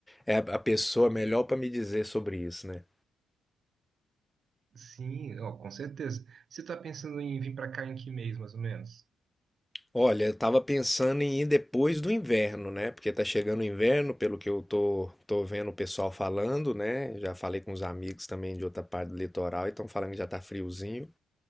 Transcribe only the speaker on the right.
Sim, ó, com certeza. Você tá pensando em vir pra cá em que mês, mais ou menos?